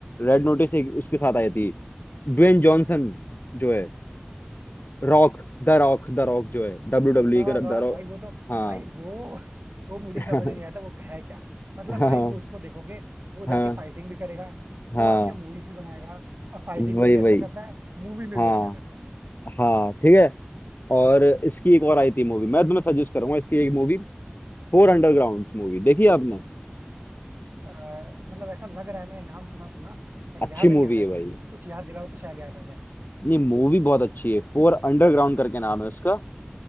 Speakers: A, on the left; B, on the right.
A: रेड नोटिस एक उसके साथ आई थी ड्वेन जॉनसन जो है
B: अच्छा
A: Rock the Rock the Rock जो है डब्ल्यू डब्ल्यू
B: द
A: का द
B: रॉक
A: रॉक
B: भाई वो तो
A: हाँ
B: भाई वो वो मुझे
A: <laughs>
B: समझ नहीं आता वो है क्या मतलब
A: हाँ
B: भाई वो उसको देखोगे वो जाके
A: हाँ
B: फाइटिंग भी करेगा
A: हाँ
B: वो आके मूवीज भी बनाएगा और फाइटिंग
A: वही
B: में भी
A: वही
B: अच्छा करता है मूवी में
A: हाँ
B: भी अच्छा करता है
A: हाँ ठीक है और इसकी एक
B: हाँ
A: और
B: हाँ
A: आई थी मूवी मैं तुम्हें सजेस्ट करूंगा इसकी एक मूवी फोर अंडरग्राउंड मूवी देखी है आपने
B: अ, मतलब ऐसा लग रहा है मैंने नाम सुना सुना बट
A: अच्छी
B: याद नहीं
A: मूवी
B: आ रहा
A: है
B: है
A: भाई
B: कुछ सीन कुछ याद दिलाओ तो शायद याद आ जाए
A: नहीं मूवी बहुत अच्छी है फोर अंडरग्राउंड करके नाम है उसका